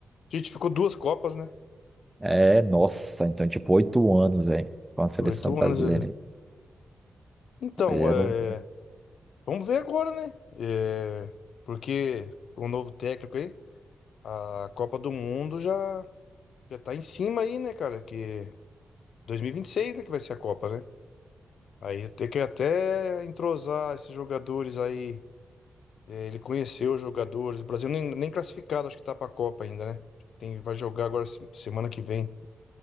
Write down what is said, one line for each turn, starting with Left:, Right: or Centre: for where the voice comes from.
Left: A gente ficou duas Copas, né?
Right: É, nossa, então, tipo, oito anos, velho, com a seleção
Left: Oito
Right: brasileira.
Left: anos ele. Então,
Right: Aí era.
Left: é,
Right: o-
Left: vamos ver agora, né? É, porque com o novo técnico aí, a Copa do Mundo já. Já tá em cima aí, né, cara? Que 2026, né, que vai ser a Copa, né? Aí tem que até entrosar esses jogadores aí. É, ele conheceu os jogadores. O Brasil nem, nem classificado, acho que tá pra Copa ainda, né? Tem, vai jogar agora se- semana que vem.